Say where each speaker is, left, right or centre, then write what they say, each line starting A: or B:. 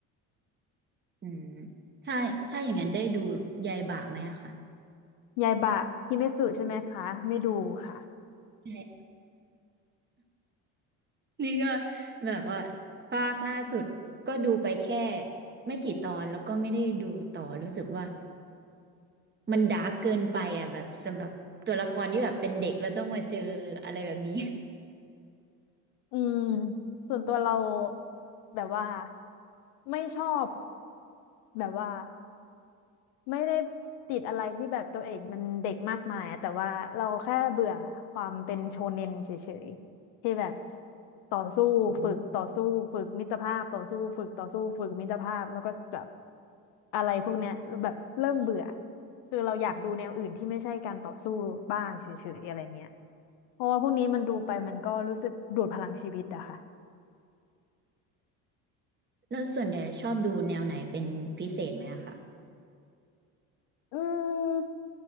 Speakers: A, on the right; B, on the left.
A: อืมถ้าถ้าอย่างนั้นได้ดูยายบ่าไหมอะค่ะ
B: ยายบะฮิเมสึใช่ไหมคะไม่ดูค่ะ
A: ใช่นี่ก็แบบว่าภาคล่าสุดก็ดูไปแค่ไม่กี่ตอนแล้วก็ไม่ได้ดูต่อรู้สึกว่ามันดาร์กเกินไปอะแบบสำหรับตัวละครที่แบบเป็นเด็กแล้วต้องมาเจออะไรแบบนี้
B: อืมส่วนตัวเราแบบว่าไม่ชอบแบบว่า ไม่ได้ติดอะไรที่แบบตัวเองมันเด็กมากมายอะแต่ว่าเราแค่เบื่อความเป็นโชเน็นเฉยๆที่แบบต่อสู้ฝึกต่อสู้ฝึกมิตรภาพต่อสู้ฝึกต่อสู้ฝึกมิตรภาพแล้วก็แบบ
A: <laughs>
B: อะไรพวกเนี้ยแบบเริ่มเบื่อคือเราอยากดูแนวอื่นที่ไม่ใช่การต่อสู้บ้างเฉยๆอะไรเงี้ยเพราะว่าพวกนี้มันดูไปมันก็รู้สึกดูดพลังชีวิตอะค่ะ
A: แล้วส่วนใหญ่ชอบดูแนวไหนเป็นพิเศษไหมอะคะ
B: อืม